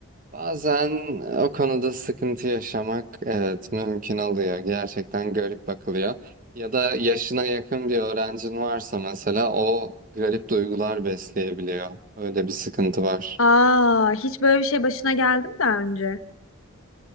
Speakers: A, on the right (about 40°); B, on the left (about 70°).
A: bazen o konuda sıkıntı yaşamak evet mümkün oluyor. Gerçekten garip bakılıyor. Ya da yaşına yakın bir öğrencin varsa mesela o garip duygular besleyebiliyor. Öyle bir sıkıntı var.
B: Aa, hiç böyle bir şey başına geldi mi daha önce?